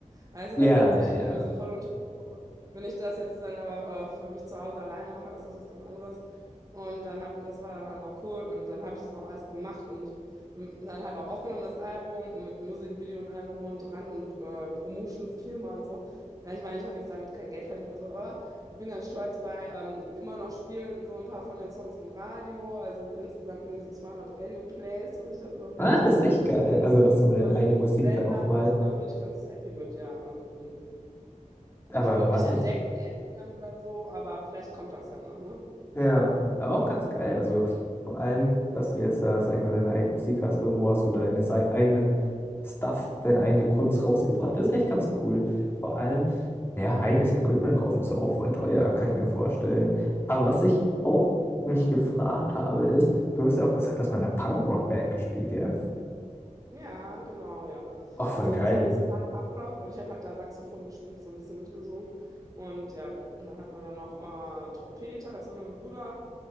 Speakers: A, on the right; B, on the left.
A: Weißt du,
B: ja,
A: das setzt
B: ja,
A: mich
B: ja.
A: irgendwie so voll unter Druck. Wenn ich das jetzt dann aber äh, für mich zu Hause alleine mache, ist das was ganz anderes. Und dann hab, das war dann halt auch cool. Und dann habe ich das auch alles gemacht und m, dann halt auch aufgenommen, das Album und mit Musikvideo und allem drum und dran und äh, Promotion-Firma und so. Na, ich meine, ich habe jetzt damit kein Geld verdient oder so, aber ich bin ganz stolz, weil ähm, immer noch spielen so ein paar von den Songs im Radio, also insgesamt irgendwie so 200 Radio-Plays, was ich das überblickt
B: Ah,
A: habe.
B: das ist echt
A: Und
B: geil. Also, dass du deine
A: ja, aus
B: eigene Musik
A: Ländern
B: dann auch mal,
A: und so, da bin ich ganz happy mit, ja. Also,
B: aber
A: ich wurde
B: war
A: nicht
B: es
A: entdeckt
B: nicht
A: wie Eminem oder so, aber vielleicht kommt das ja noch, ne?
B: Ja, aber
A: Ja.
B: auch ganz geil. Also vor allem, dass du jetzt, äh, sag ich mal, deine eigene Musik hast. Irgendwo hast du deine sei- eigenen Stuff, deine eigene Kunst rausgebracht. Das ist echt ganz cool. Vor allem, ja, eigenes Equipment kaufen ist auch voll teuer, kann ich mir vorstellen. Aber was ich auch mich gefragt habe, ist, du hast ja auch gesagt, du hast mal in einer Punk-Rock-Band gespielt, ja?
A: Ja, genau, ja.
B: Oh, voll
A: Also
B: geil.
A: das war so Ska Punkrock und ich habe halt da Saxophon gespielt, so ein bisschen mitgesungen. Und ja, und dann hatten wir dann noch äh, einen Trompeter, das war mein Bruder,